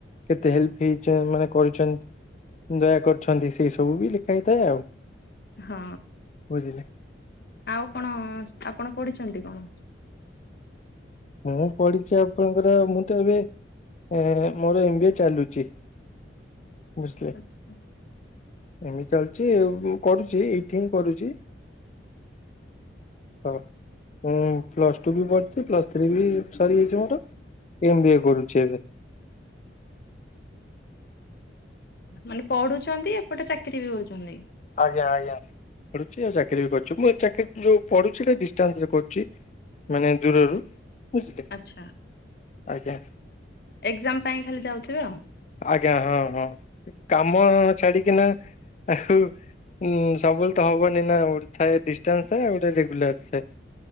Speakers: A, on the left; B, on the left.
A: କେତେ ହେଲ୍ପ ହେଇ ଚ ମାନେ କରିଚନ୍ ଦୟା କରୁଛନ୍ତି ସେଇ ସବୁ ବି ହେଇଥାଏ ଆଉ।
B: ହଁ।
A: ବୁଝିଲେ?
B: ଆଉ କଣ ଆପଣ ପଢିଛନ୍ତି କଣ?
A: ମୁଁ ପଢିଛି ଆପଣଙ୍କର, ମୁଁ ତ ଏବେ ଏ ମୋର ଏମ ବି ଏ ଚାଲୁଛି, ବୁଝିଲେ?
B: ଆଚ୍ଛା
A: ଏମିତି ଚାଲିଛି କରୁଛି, ଏଇଠି ହିଁ କରୁଛି। ହଁ, ହୁଁ ପ୍ଲସ୍ ଟୁ ବି ପଢୁଛି, ପ୍ଲସ୍ ଥ୍ରୀବି ସରିଯାଇଛି ମୋର, ଏମ୍ ବିଏ କରୁଛି ଏବେ।
B: ମାନେ ପଢୁଛନ୍ତି, ଏପଟେ ଚାକିରି ବି କରୁଛନ୍ତି।
A: ଆଜ୍ଞା ଆଜ୍ଞା ପଢ଼ୁଚି ଆଉ ଚାକିରି ବି କରୁଛି, ମୁଁ ଏ ଚାକିର ଯୋଉ ପଢ଼ୁଚି ହେଟା ଡିଷ୍ଟାନ୍ସ ରେ କରୁଛି। ମାନେ ଦୂରରୁ। ବୁଝିଲେ
B: ଆଚ୍ଛା,
A: ଆଜ୍ଞା
B: ଏକ୍ଜାମ ପାଇଁ ଖାଲି ଯାଉଥିବେ ଆଉ।
A: ଆଜ୍ଞା ହଁ ହଁ, କାମ ଛାଡିକିନା ଆଉ ଉଁ ସବୁବେଳେ ତ ହବନି ନା ଗୋଟେ ଥାଏ ଡିଷ୍ଟାନ୍ସ ଥାଏ ଗୋଟେ ରେଗୁଲାର ଥାଏ।